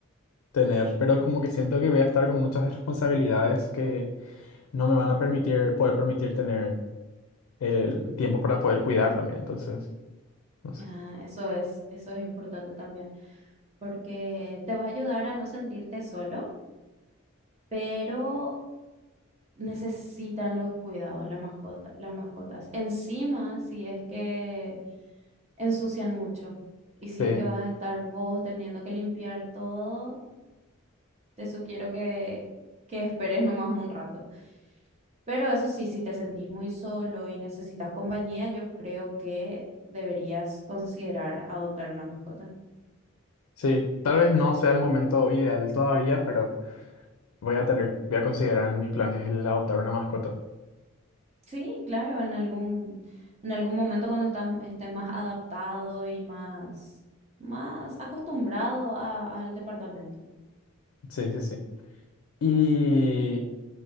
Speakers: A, on the left; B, on the right.
A: tener, pero como que siento que voy a estar con muchas responsabilidades que no me van a permitir, poder permitir tener el tiempo para poder cuidar también. Entonces, no sé.
B: Ah, eso es, eso es importante también, porque te va a ayudar a no sentirte solo, pero necesitan los cuidados la mascota, las mascotas. Encima, si es que ensucian mucho y
A: Sí,
B: si es que vas a estar vos teniendo que limpiar todo, te sugiero que, que esperes nomás un rato. Pero eso sí, si te sentís muy solo y necesitas compañía, yo creo que deberías considerar adoptar una mascota.
A: sí. Tal vez no sea el momento ideal todavía, pero voy a tener, voy a considerar en mis planes el adoptar una mascota.
B: Sí, claro, en algún, en algún momento cuando estás, estés más adaptado y más, más acostumbrado a- al departamento.
A: Sí, sí, sí. Y